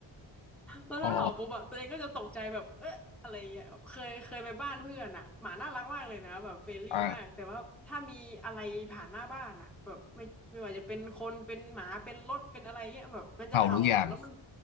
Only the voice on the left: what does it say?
อ๋ออ่าเห่าทุกอย่าง